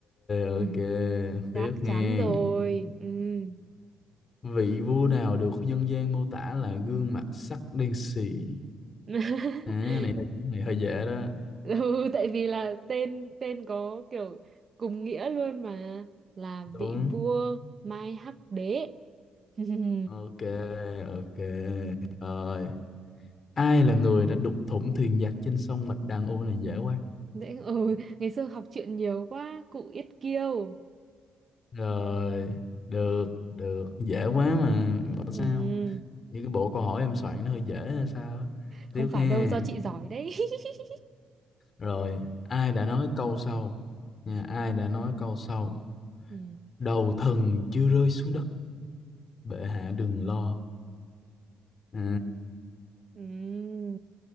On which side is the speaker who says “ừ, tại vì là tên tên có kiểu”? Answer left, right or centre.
Right